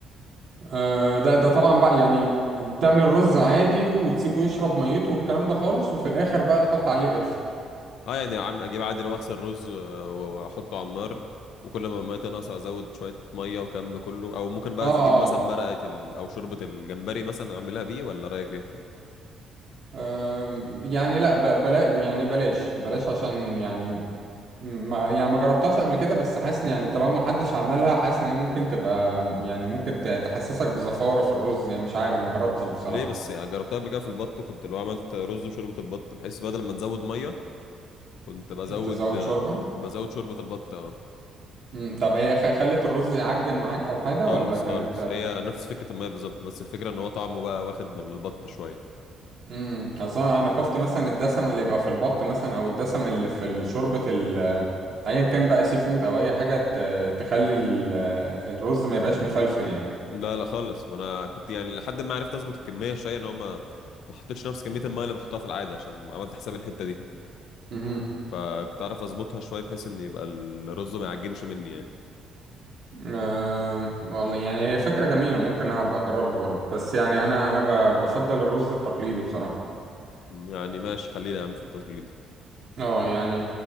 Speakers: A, on the right; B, on the left.
A: آه ده ده طبعا بقى يعني بتعمل رز عادي وتسيبه يشرب ميته والكلام ده خالص وفي الاخر بقى تحط عليه قرفة
B: اه يعني عم اجيب عادل واغسل رز و- و- واحطه على النار وكل ما الميه تنقص ازود شويه ميه والكلام ده كله او ممكن بقى
A: اه
B: اجيب مثلا مرقه ال... او شوربه الجمبري مثلا اعملها بيه ولا رايك ايه
A: آه آم، يعني لا ب- بلا يعني بلاش بلاش عشان يعني ما يعني ما جربتهاش قبل كده بس حاسس إن يعني طالما ما حدش عملها حاسس ان هي ممكن تبقى يعني ممكن ت- تحسسك بزفارة في الرز يعني مش عارف ما جربتش بصراحة
B: ليه بس يعني جربتها قبل كده في البط وكنت لو عملت رز وشوربه البط بحيث بدل ما تزود ميه كنت بزود
A: تزود شوربة
B: بزود شوربه البط اه
A: مم. طب هي خ- خلت الرز يعجن معاك او حاجة
B: خالص
A: ولا كانت
B: خالص هي نفس فكره الميه بالظبط بس الفكره ان هو طعمه بقى واخد من البط شويه
A: امم اصلا انا خفت مثلا الدسم اللي يبقى في البط مثلا او الدسم اللي في شوربة ال... ايا كان بقى سي فود او اي حاجة ت... تخلي ال... الرز ما يبقاش مفلفل يعني
B: لا لا خالص ما انا كنت يعني لحد ما عرفت اظبط الكميه شويه ان هو ما ما حطيتش نفس كميه الميه اللي بحطها في العادي عشان عملت حساب الحته دي
A: مهم.
B: فكنت اعرف اظبطها شويه بحيث ان يبقى الرز ما يعجنش مني يعني
A: أم، والله يعني هي فكرة جميلة ممكن أنا أبقى أجربها برضه بس يعني أنا أنا ب- بفضل الرز التقليدي بصراحة
B: يعني ماشي خلينا يا عم في التقليدي
A: اه يعني